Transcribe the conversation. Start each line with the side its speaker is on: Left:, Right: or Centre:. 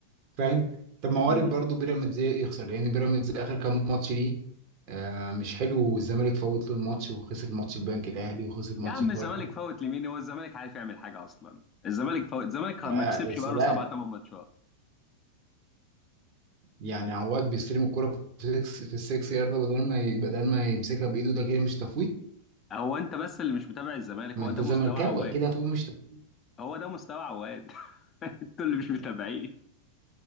Right: فاهم طب ما
Left: امم
Right: وارد برضه بيراميدز يخسر لان بيراميدز اخر كام ماتش ليه آه مش حلو والزمالك فوت له الماتش وخسر ماتش البنك الاهلي وخسر
Left: يا
Right: ماتش
Left: عم الزمالك
Right: فاركو
Left: فوت لمين هو الزمالك عارف يعمل حاجه اصلا الزمالك فوت الزمالك ما
Right: يا
Left: كسبش
Right: سلام
Left: بقاله سبع ثمان ماتشات
Right: يعني عواد بيستلم الكرة في السكس في السكس يارده بدل ما ي- بدل ما يمسكها بايده ده كده مش تفويت
Left: هو انت بس اللي مش متابع الزمالك
Right: ما
Left: هو
Right: انت
Left: ده مستوى
Right: زملكاوي
Left: عواد
Right: اكيد هتقول مش تفويت.
Left: هو ده مستوى عواد <laughs> انتوا اللي مش متابعين